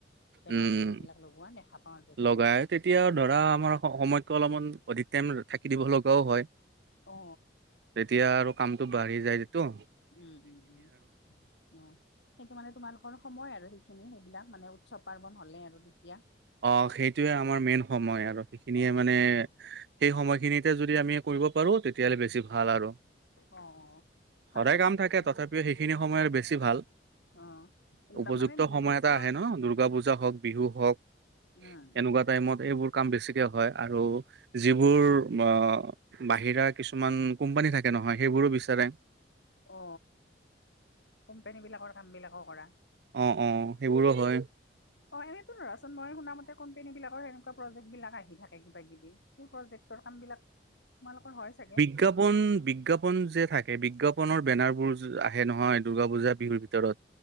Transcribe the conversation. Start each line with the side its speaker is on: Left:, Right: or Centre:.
Left: বেনাৰ-চেনাৰবিলাক
Right: উম,
Left: লগোৱা দেখা পাওঁ তেতিয়া
Right: লগাই। তেতিয়া ধৰা আমাৰ সময়কটো অলপমান অধিক টাইম থাকি দিব লগাও হয়।
Left: অ।
Right: তেতিয়া আৰু কামটো বাঢ়ি যায় যিটো।
Left: উম উম উম, অ সেইটো মানে তোমালোকৰ সময় আৰু সে খিনি সেইবিলাক মানে উৎসৱ পাৰ্বন হ'লে আৰু তেতিয়া।
Right: অ সেইটোয়ে আমাৰ মেইন সময় আৰু সেইখিনিয়ে
Left: উম
Right: মানে
Left: উম উম।
Right: সেই সময়খিনিতে যদি আমি কৰিব পাৰো তেতিয়াহ'লে বেছি ভাল আৰু।
Left: অ অ ভালেই
Right: সদায়
Left: চোন
Right: কাম থাকে
Left: তেতিয়াহলে
Right: তথাপিও সেইখিনি সময় আৰু বেছি ভাল।
Left: অ তাৰমানে
Right: উপযুক্ত
Left: নিৰ্দিষ্ট
Right: সময় এটা আহে ন দুৰ্গা পূজা হওঁক, বিহু হওঁক
Left: উম
Right: এনেকুৱা টাইমত এইবোৰ কাম বেছিকে হয়। আৰু যিবোৰ অ বাহিৰা কিছুমান কোম্পানী থাকে নহয় সেইবোৰো বিচাৰে।
Left: অ কোম্পানী বিলাকৰ কাম বিলাকো কৰা।
Right: অ অ সেইবোৰো হয়।
Left: অ এনেতো ধৰাচোন মই শুন মতে কম্পনী বিলাকৰ সনেকুৱা প্ৰজেক্ট বিলাক আহি থাকে কিবা কিবি। সেই প্ৰজেক্টৰ কাম বিলাক তোমালোকৰ হয় চাগে।
Right: বিজ্ঞাপন বিজ্ঞাপন যে থাকে বিজ্ঞাপনৰ বেনাৰবোৰ আহে নহয় দুৰ্গা পূজা বিহুৰ ভিতৰত